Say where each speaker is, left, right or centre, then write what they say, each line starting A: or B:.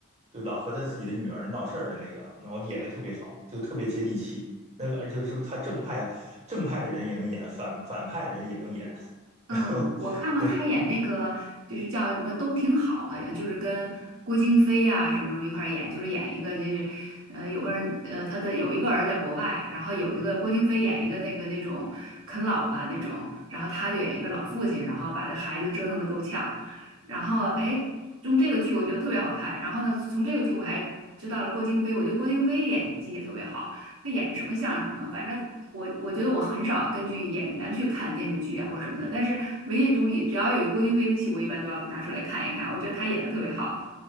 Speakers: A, on the right; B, on the right.
A: 就老和他自己的女儿闹事儿的那个，那我演的特别好，就特别接地气。那个就是他正派正派的人也能演，反反派的人也能演，<laughs>
B: 嗯，
A: 然后
B: 我看过他演那个，
A: 对 <laughs>
B: 就是叫什么都挺好，好像就是跟郭京飞啊什么什么一块儿演，就是演一个就是，呃，有个人呃他的有一个儿子在国外，然后有一个郭京飞演一个那个那种啃老吧那种，然后他就演一个老父亲，然后把这孩子折腾的够呛，然后哎，用这个剧我觉得特别好看，然后呢，从这个剧我还知道了郭京飞，我觉得郭京飞演技也特别好。他演什么像什么，反正我我觉得我很少根据演员去看电视剧啊或什么的，但是唯独一只要有郭京飞的戏，我一般都要拿出来看一看，我觉得他演的特别好。